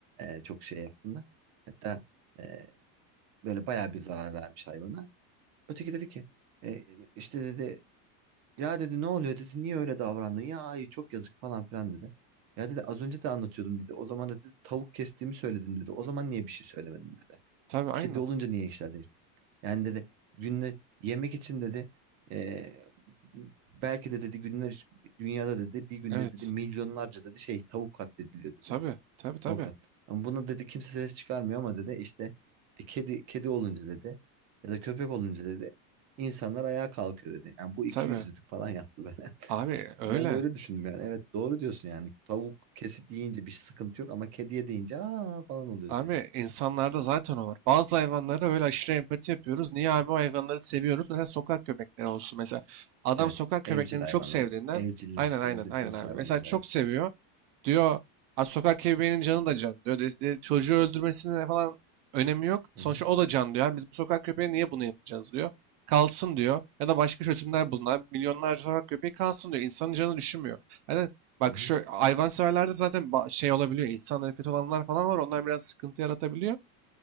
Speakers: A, on the right; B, on the right.
A: e, çok şey yaptığında hatta e, böyle bayağı bir zarar vermiş hayvana. Öteki dedi ki e, işte dedi ya dedi ne oluyor dedi niye öyle davrandın ya ay çok yazık falan filan dedi. Ya dedi az önce de anlatıyordum dedi. O zaman da dedi tavuk kestiğimi söyledim dedi. O zaman niye bir şey söylemedin dedi.
B: Tabii aynen.
A: Kedi olunca niye işler yani dedi günde yemek için dedi eee, belki de dedi günler dünyada dedi bir günde
B: Evet.
A: dedi milyonlarca dedi şey tavuk katlediliyor dedi.
B: Tabii. Tabii tabii.
A: Tavuklar. Ama buna dedi kimse ses çıkarmıyor ama dedi işte e, kedi kedi olunca dedi ya da köpek olunca dedi insanlar ayağa kalkıyor dedi. Yani bu iki
B: Tabii.
A: yüzlülük falan yaptı böyle. <laughs>
B: Abi öyle.
A: Ben de öyle düşündüm yani. Evet doğru diyorsun yani. Tavuk kesip yiyince bir sıkıntı yok ama kediye deyince aa falan oluyoruz
B: Abi
A: yani.
B: insanlarda zaten o var. Bazı hayvanlara böyle aşırı empati yapıyoruz. Niye abi o hayvanları seviyoruz? Mesela sokak köpekleri olsun mesela. Adam
A: Evet.
B: sokak köpeklerini
A: Evcil hayvanlar.
B: çok sevdiğinden
A: Evcilleştirebildiğimiz
B: aynen aynen aynen abi.
A: hayvanlar
B: Mesela çok
A: evet.
B: seviyor. Diyor "Aa, sokak köpeğinin canı da can diyor. De, de- çocuğu öldürmesine falan önemi yok. Sonuçta
A: Hı hı.
B: o da can diyor. "Abi Biz bu sokak köpeği niye bunu yapacağız diyor. Kalsın diyor. Ya da başka çözümler bulun Milyonlarca sokak köpeği kalsın diyor. İnsanın canı düşünmüyor. Yani Bak
A: Hı hı.
B: şu hayvanseverlerde zaten ba- şey olabiliyor. İnsan nefreti olanlar falan var. Onlar biraz sıkıntı yaratabiliyor.